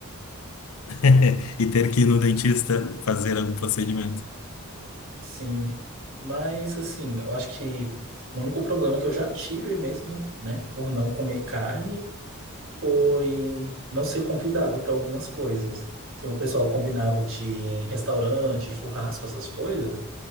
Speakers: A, on the left; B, on the right.
A: <laughs> E ter que ir no dentista fazer algum procedimento.
B: Sim. Mas, assim, eu acho que o único problema que eu já tive mesmo, né, por não comer carne, foi não ser convidado para algumas coisas. Assim, o pessoal combinava de ir em restaurante, churrasco, essas coisas.